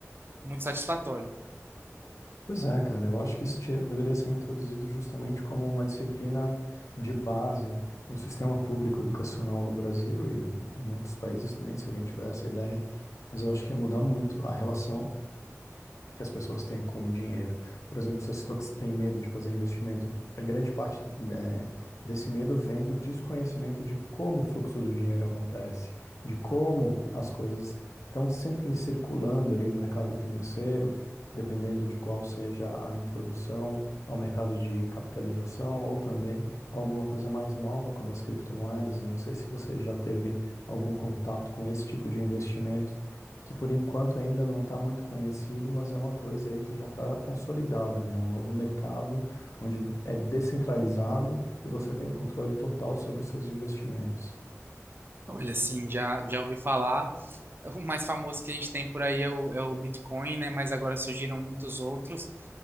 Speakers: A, on the right; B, on the left.
A: muito satisfatório.
B: Pois é, cara, eu acho que isso te- deveria ser introduzido justamente como uma disciplina de base no sistema público educacional no Brasil e em outros países também, se alguém tiver essa ideia. Mas eu acho que ia mudar muito a relação que as pessoas têm com o dinheiro. Por exemplo, você citou que você tem medo de fazer investimento. A grande parte, né, desse medo vem do desconhecimento de como o fluxo do dinheiro acontece, de como as coisas estão sempre circulando ali no mercado financeiro, dependendo de qual seja a introdução ao mercado de capitalização ou também alguma coisa mais nova, como as criptomoedas. Eu não sei se você já teve algum contato com esse tipo de investimento que por enquanto ainda não está muito conhecido, mas é uma coisa aí que já está consolidada, né? Um novo mercado onde é descentralizado e você tem o controle total sobre os seus investimentos.
A: Olha, assim, já, já ouvi falar. O mais famoso que a gente tem por aí é o, é o Bitcoin, né? Mas agora surgiram muitos outros.